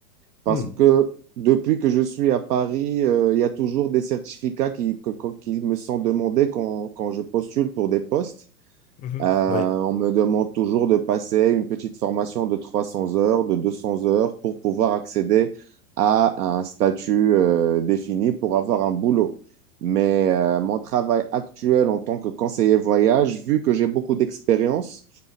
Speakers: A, on the right (about 70°); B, on the left (about 15°).
A: parce
B: Hmm.
A: que depuis que je suis à Paris, euh, il y a toujours des certificats qui, que- que- qui me sont demandés quand, quand je postule pour des postes.
B: Mhm.
A: Euh,
B: Ouais.
A: on me demande toujours de passer une petite formation de 300 heures, de 200 heures pour pouvoir accéder à un statut euh, défini pour avoir un boulot. Mais euh, mon travail actuel en tant que conseiller voyage, vu que j'ai beaucoup d'expérience,